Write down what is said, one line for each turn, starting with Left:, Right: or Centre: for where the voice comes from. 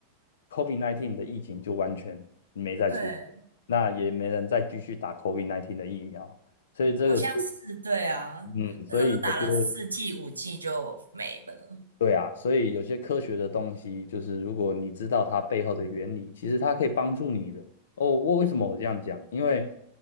Left: ，COVID-19 的疫情就完全没再出现那也没人再继续打
Right: 对，
Left: COVID-19 的疫苗，所以这个是，
Right: 好像是对啊，
Left: 嗯，所以有些
Right: 那时候打了四剂五剂就没了。
Left: 对啊，所以有些科学的东西，就是如果你知道它背后的原理，其实它可以帮助你的。哦，我为什么我这样讲？因为